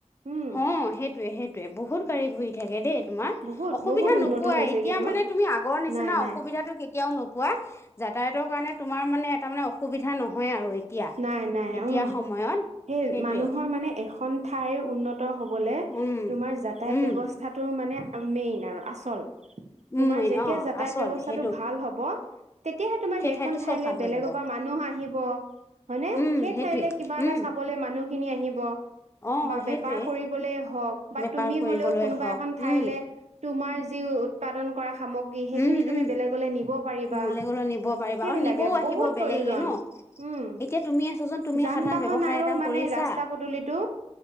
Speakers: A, on the right; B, on the left.
A: উম
B: অ', সেইটোৱে- সেইটোৱে, বহুত গাড়ী ঘূৰি থাকে দেই। তোমাৰ,
A: বহুত
B: অসুবিধা
A: বহুত উন্নত
B: নোপোৱাই
A: হৈছে
B: এতিয়া
A: কিন্তু
B: মানে তুমি আগৰ নিচিনা
A: নাই নাই
B: অসুবিধাটো কে কেতিয়াও নোপোৱা। যাতায়তৰ কাৰণে তোমাৰ মানে, এটা মানে অসুবিধা নহয় আৰু। এতিয়া
A: নাই- নাই
B: এতিয়া
A: উম'
B: সময়ত
A: সেই
B: সেইটোৱে
A: মানুহৰ মানে এখন ঠাইৰ উন্নত হ'বলে,
B: উম
A: তোমাৰ যাতায়াত
B: উম
A: ব্যৱস্থাটো মানে মেইন আৰু আচল।
B: উম
A: তোমাৰ যেতিয়া,
B: অ'
A: যাতায়াত
B: আচল
A: ব্যয়স্থাটো
B: সেইটো
A: ভাল হ'ব তেতিয়াহে, তোমাৰ
B: সেই
A: সেইখন
B: ঠাইতো
A: ঠাইলে
B: চব ভাল হৈ
A: বেলেগৰ
B: যাব
A: পৰা মানুহ আহিব। হয়নে?
B: উম
A: সেই
B: সেইটোৱে
A: ঠাইলে কিবা এটা
B: উম
A: চাবলে মানুহখিনি আহিব।
B: অ
A: বা
B: সেইটোৱে
A: বেপাৰ কৰিবলে হওক, বা
B: বেপাৰ
A: তুমি
B: কৰিবলৈ
A: হ'লেও কোনোবা
B: হওক
A: এখন ঠাইলে
B: উম
A: তোমাৰ যি উৎপাদন কৰা সামগ্ৰী, সেইখিনি
B: উম
A: তুমি
B: উম
A: বেলেগলে নিব পাৰিবা।
B: বেলেগলৈ নিব পাৰিবা
A: সেইবিলাকে
B: আৰু নিবও আহিব
A: বহুত
B: বেলেগে
A: প্ৰয়োজন
B: ন',
A: উম
B: এতিয়া তুমিয়ে চোৱাচোন তুমি
A: যান
B: সাধাৰণ
A: বাহন
B: ব্যৱসায়
A: আৰু
B: এটা
A: মানে
B: কৰিছা,
A: ৰাস্তা পদূলিটো